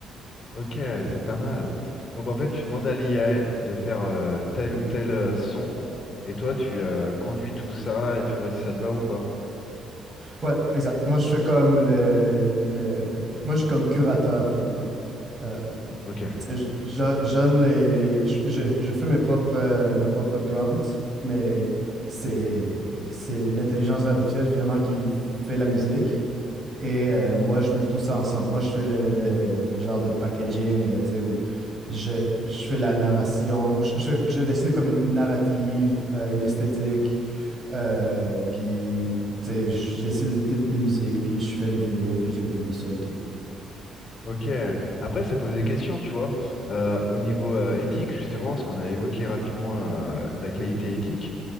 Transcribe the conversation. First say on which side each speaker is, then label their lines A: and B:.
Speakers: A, on the left; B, on the right.
A: Ok, c'est pas mal. Donc en fait, tu demandes à l'IA de faire euh, tel ou tel euh, son, et toi, tu euh, conduis tout ça et tu vois si ça te va ou pas.
B: Ouais, exact. Moi, je fais comme le, le- Moi, je suis comme curateur, finalement. Euh,
A: Ok,
B: tu sais, je, je donne les, les- je, je- je fais mes propres, euh, mes propres prompts, mais c'est, c'est l'intelligence artificielle, finalement, qui fait la musique. Et euh, moi, je mets tout ça ensemble. Moi, je fais le, le- le genre de packaging, euh, tu sais, où je, je fais la narration, où je, je, je décide comme une, une narrative, euh, une esthétique, euh, puis, tu sais, je décide les titres de musique, puis je fais les vidéos, puis je les publie sur YouTube.
A: ok. Après, ça pose des questions, tu vois. Euh, au niveau euh, éthique, justement, ce qu'on a évoqué rapidement, euh, la qualité éthique.